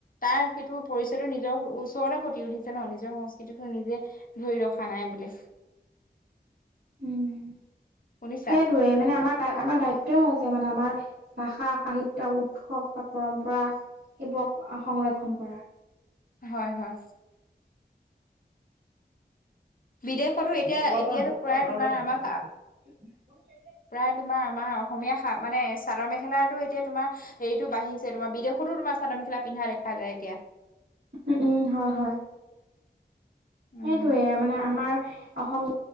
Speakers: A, on the left; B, on the right.
A: তাৰ সেইটো পৰিচয়টো নিজৰ ওচৰতে ফটি উঠিছে ন নিজৰ সংস্কৃতিটো নিজে ধৰি ৰখা নাই বুলি
B: উম
A: শুনিছা
B: টোৱে মানে আমাৰ আমাৰ দায়িত্বই হয় যে মানে আমাৰ ভাষা, সাহিত্য, উৎসৱ বা পৰম্পৰা সেইবোৰক সংৰক্ষণ কৰা
A: হয় হয় বিদেশতো
B: <unintelligible>
A: এতিয়া এতিয়াতো প্ৰায় তোমাৰ আমাৰ প্ৰায় তোমাৰ আমাৰ অসমীয়া খা মানে চাদৰ মেখেলাতো এতিয়া তোমাৰ হেৰিটো বাঢ়িছে তোমাৰ বিদেশতো তোমাৰ চাদৰ মেখেলা পিন্ধা দেখা যায় এতিয়া
B: উম উম হয় হয়
A: উম
B: সেইটোৱে মানে আমাৰ অসমীয়া